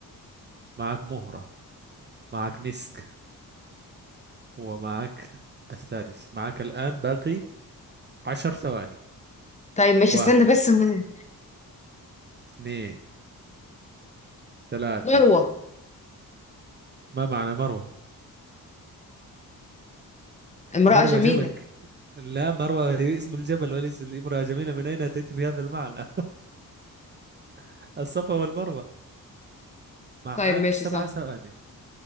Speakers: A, on the right (about 30°); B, on the left (about 20°).
A: معك مهرة معك مسك ومعك الثالث معك الآن باقي عشر ثواني
B: طيب ماشي
A: واحد
B: استنى بس م-
A: اثنين ثلاثة
B: مروة
A: ما معنى مروة
B: امرأة
A: مروة
B: جميلة
A: جبل ك- لا مروة هي اسم الجبل وليس الامرأة جميلة من أين أتيت بهذا المعنى <laughs> الصفا والمروة معك
B: طيب ماشي
A: سبع
B: صح
A: ثواني